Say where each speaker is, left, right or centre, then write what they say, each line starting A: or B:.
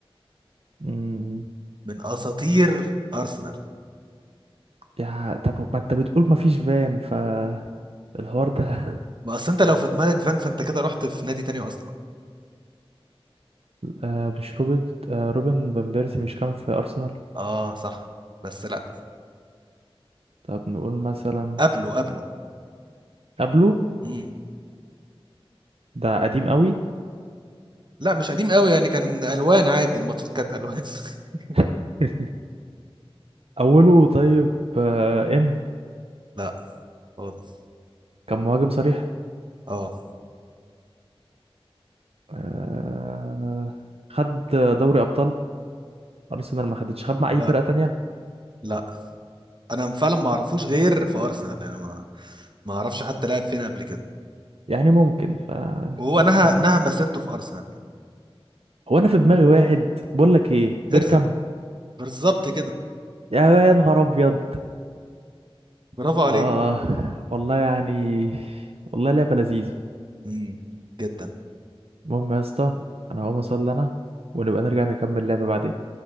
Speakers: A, on the right (about 75°); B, on the right (about 50°).
A: مم.
B: من اساطير ارسنال
A: يا طب ما انت بتقول ما فيش فان ف الحوار ده <laughs>
B: ما اصل انت لو في دماغك فان فانت كده رحت في نادي تاني اصلا
A: آه، مش روبرت آه، روبن فان بيرسي مش كان في ارسنال
B: اه صح بس لا
A: طب نقول مثلا
B: قبله قبله
A: قبله
B: امم
A: ده قديم قوي
B: لا مش قديم قوي يعني كان الوان عادي الماتشات كانت الوان <laughs>
A: <laughs> اوله طيب آه، ام
B: لا خالص
A: كان مهاجم صريح
B: اه
A: آه، خد دوري ابطال ارسنال ما خدتش خد مع
B: لا
A: اي فرقه تانية
B: لا انا فعلا ما اعرفوش غير في ارسنال يعني ما ما اعرفش حتى لعب فين قبل كده
A: يعني ممكن ف
B: وهو
A: طب
B: نهى
A: تمام
B: نهى مسيرته في ارسنال
A: هو انا في دماغي واحد بقول لك ايه بيركامب
B: ارزع بالظبط كده
A: يا يا نهار ابيض
B: برافو عليك
A: اه والله يعني والله لعبه لذيذه
B: امم جدا
A: المهم يا اسطى انا هقوم اصلي انا ونبقى نرجع نكمل لعبه بعدين